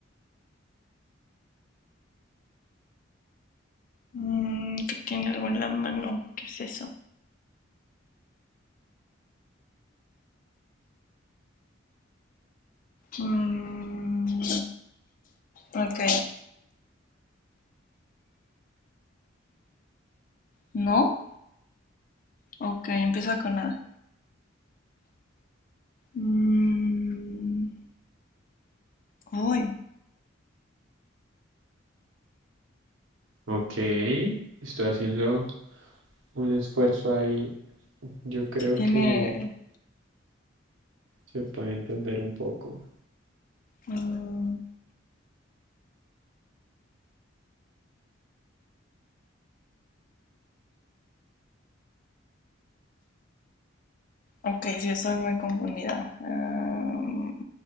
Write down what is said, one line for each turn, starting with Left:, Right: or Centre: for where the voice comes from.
Left: mm, que tiene algo en la mano. ¿Qué es eso? Mm, ok, ¿no? Ok, empieza con A. Mm, uy,
Right: Ok, estoy haciendo un esfuerzo ahí. Yo creo
Left: sí tiene...
Right: que se puede entender un poco.
Left: mm, ok, sí, estoy muy confundida. Am,